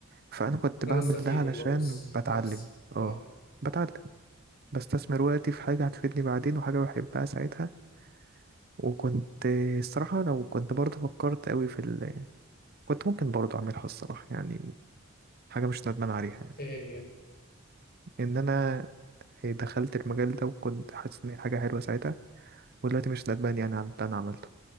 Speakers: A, on the right; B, on the left.
A: فأنا كنت
B: انا
A: بعمل
B: بس افيد
A: ده علشان
B: وخلاص
A: بتعلم
B: نفسي
A: اه
B: اه
A: بتعلم بستثمر وقتي في حاجة هتفيدني بعدين وحاجة بحبها ساعتها وكنت الصراحة لو كنت برضه فكرت قوي في ال... كنت ممكن برضه أعملها الصراحة يعني حاجة مش ندمان عليها يعني
B: ايه هي
A: ان انا إيه، دخلت المجال ده وكنت حاسس ان هي حاجه حلوه ساعتها ودلوقتي مش ندمان يعني عن اللي انا عملته